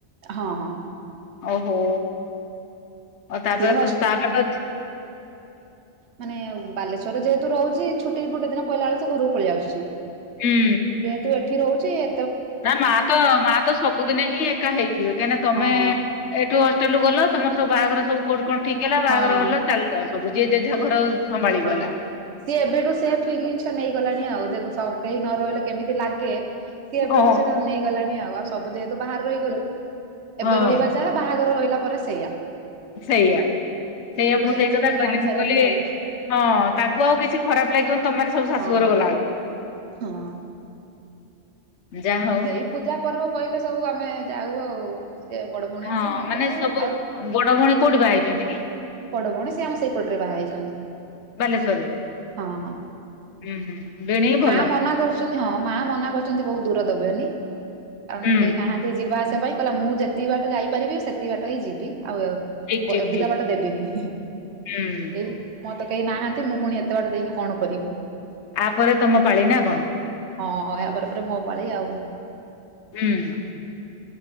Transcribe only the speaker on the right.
ହଁ ହଁ।
ସିଏ <unintelligible>
ମାନେ-ଏ ବାଲେଶ୍ୱରରେ ଯେହେତୁ ରହୁଛି ଛୁଟି ଗୋଟେ ଦିନ ପଇଲା ବେଳକୁ ସେ ଘରକୁ ପଳେଇ ଆସୁଛି।
ଆଉ ମୁଁ ଯେହେତୁ ଏଠି ରହୁଛି ଏ
ହଁ
ହଁ।
ହଁ
ସିଏ ଏବେଠୁ ସେ ଫିଲିଂସ ଟା ନେଇଗଲେଣି ଆଉ ଦେଖ କେହି ନ ରହିଲେ କେମିତି ଲାଗେ? ସିଏ ଏବେଠୁ
ସେଟା ନେଇଗଲାଣି ଆଉ ଆଉ ସବୁ ଯେହେତୁ ବାହାରେ ରହିଗଲୁ
ଏବେ ରହିବା ଯାହା ବାହାଘର ରହିଲା ପରେ ସେଇୟା
ସେଇଟା
ସବୁ
ଜାଣି
ସାରିଲାଣି
ଆଉ
ହଁ
ହଁ
ଏ ପୂଜା ପର୍ବ ପଇଲେ ସବୁ ଆମେ ଯାଉ ଆଉ ସେ ବଡ଼ ଭଉଣୀ
ଆସେ ମୁଁ
ଯାଏ
ଆଉ
ବଡ଼ ଭଉଣୀ ସେ ଆମ ସେଇପଟରେ ବାହା ହେଇଛନ୍ତି
ହଁ।
ମା ମନା କରିଛନ୍ତି ହଁ ମା ମନା କରୁଛନ୍ତି ବହୁତ ଦୂର ଦେବେନି। <unintelligible>
କେହି ନାହାନ୍ତି ଯିବା ଆସିବା ପାଇଁ କହିଲା ମୁଁ ଯେତିକି ବାଟ ଯାଇପାରିବି ସେତିକି ବାଟ ହିଁ ଯିବି ଆଉ
ବ ଅଧିକା
ବାଟ ଦେବେନି ଏଇ
ମୋର ତ କେହି ନାହାନ୍ତି ମୁଁ ପୁଣି ଏତେ ବାଟ ଦେଇକି କଣ କରିବି।
ହଁ ହଁ ଏହା ପରେ ପରେ ମୋ ପାଳି ଆଉ